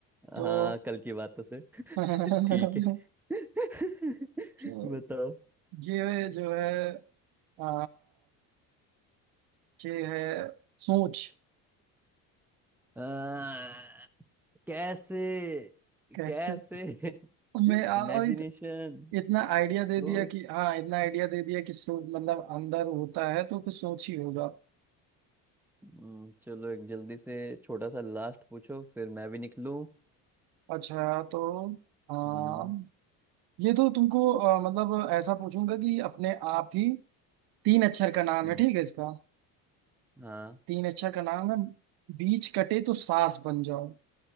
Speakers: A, in the centre; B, on the right.
A: हाँ,
B: तो
A: कल की बातों से <laughs>
B: <laughs>
A: ठीक है <laughs>
B: तो
A: बताओ
B: ये जो है आ, ये है सोच
A: आ, कैसे
B: कैसे
A: कैसे
B: मैं
A: <laughs>
B: आ,
A: इमेजिनेशन
B: अभी इतना आइडिया
A: सोच
B: दे दिया कि हाँ इतना आइडिया दे दिया कि सो मतलब अंदर होता है तो कुछ सोच ही होगा
A: हम्म, चलो एक जल्दी से छोटा सा लास्ट पूछो फिर मैं भी निकलूं
B: अच्छा तो हाँ
A: हम्म
B: ये तो तुमको अ, मतलब ऐसा पूछूंगा कि अपने आप ही तीन अक्षर का
A: हम्म,
B: नाम है ठीक है इसका
A: हाँ
B: तीन अक्षर का नाम है बीच कटे तो सास बन जाऊं